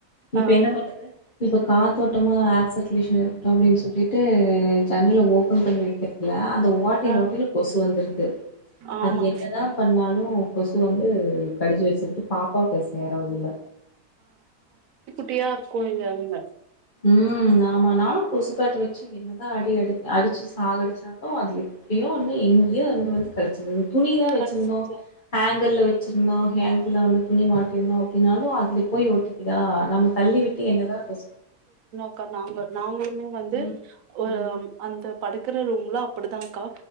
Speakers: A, on the left; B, on the right.
A: இப்ப
B: ஆ
A: என்ன பண்ணது இப்ப காத்தோட்டமா ஆக்சட் கிலீஷ்ல இருக்கட்டு அப்டின் சொல்லிட்டு ஜன்னல ஓப் போன் பண்ணி வக்கிறதுல்ல அ அந்த ஓட்டைல
B: ஆ
A: ஓட்டைல கொசு வந்துர்து
B: ஆமா
A: அது என்னதா பண்ணாலு கொசு வந்து கடிச்சு வச்சுருது பாப்பாவுக்கு அது சேறவங்ல்ல
B: டியாருக்கு இல்ல அங்க
A: ம் ஆமா நானு கொசுபேட்ட வெச்சு என்னதா அடி அடி அடிச்சு சாக அடிச்சாலு அது எப்டியோ ஒன்னு எங்கியோ இருந்து வந்து கடிச்சிது துணிதா வெச்சிருந்தோ
B: கடிச்சிச்சு
A: ஹேங்கர் ழ வெச்சிருந்தோ. ஹேங்க்ல வந்து துணி மாட்டிருந்தோ அப்டினாலு அ து போய் ஒட்டிகிதா நம்ம தள்ளி விட்டு என்னதா கொசு
B: க்கா நாங் நாங்ளு ன்னு வந்து
A: ம்
B: ஓ
A: ம்
B: அந்த படுக்கிற ரூம்ல அப்படிதாக்கா